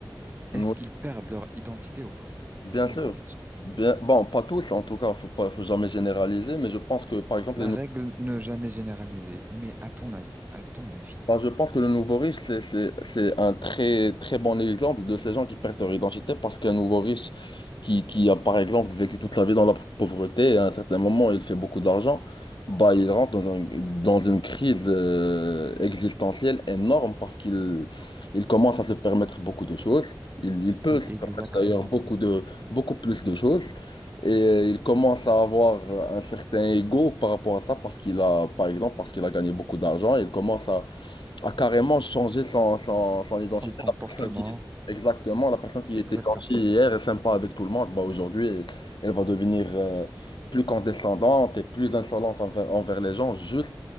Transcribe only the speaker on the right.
est-ce qu'ils perdent leur identité ou pas?
Les nouveaux
riches.
La
règle ne jamais généraliser, mais à ton avis, à ton avis,
c'est
exactement
ça.
Son comportement,
exactement.